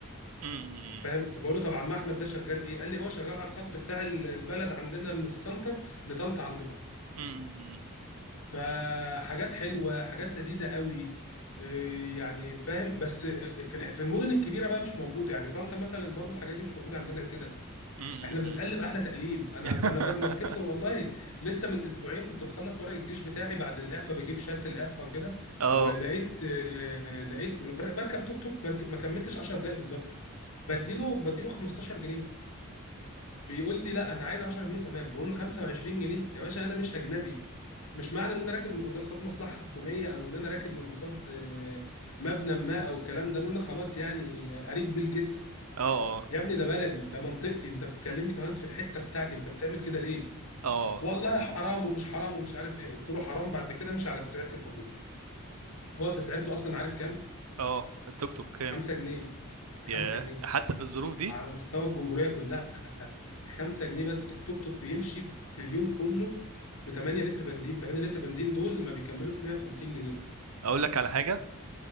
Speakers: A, on the right; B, on the left.
A: امم
B: فاهم طب بقول له طب عم احمد ده شغال ايه قال لي هو شغال على الخط بتاع ال- البلد عندنا من السنطه لطنطا عندكم
A: امم
B: فحاجات حلوه حاجات لذيذه قوي إيه يعني فاهم بس في الح- في المدن الكبيره بقى مش موجوده يعني طنطا مثلا برضو الحاجات دي مش موجوده عندنا كده
A: امم
B: احنا بنتقلب احلى تقليب انا
A: <laughs>
B: انا ب- انا ركبت والله لسه من اسبوعين كنت بخلص ورق الجيش بتاعي بعد الاعفاء بجيب شهاده الاعفاء وكده
A: اه
B: ولقيت آه، لقيت بر- بركب توك توك برك- ما كملتش 10 دقائق بالظبط بديله بديله 15 جنيه بيقول لي لا انا عايز 10 جنيه كمان بقول له 25 جنيه يا باشا انا مش اجنبي مش معنى ان انا راكب من قصاد مصلحه حكوميه او ان انا راكب من قصاد آه، مبنى ما او الكلام ده ان انا خلاص يعني قريب بيل جيتس
A: اه
B: يا ابني ده بلدي ده منطقتي انت بتكلمني كمان في الحته بتاعتي انت بتعمل كده ليه
A: اه
B: والله حرام ومش حرام ومش عارف ايه قلت له حرام بعد كده امشي على تسعيره الحكومه هو تسعيرته اصلا عارف كام
A: اه التوك توك كام
B: 5 جنيه 5
A: ياه
B: جنيه
A: حتى في الظروف دي
B: على مستوى الجمهوريه كلها 5 جنيه بس التوك توك بيمشي في اليوم كله ب 8 لتر بنزين 8 لتر بنزين دول ما بيكملوش 150 جنيه
A: اقول لك على حاجه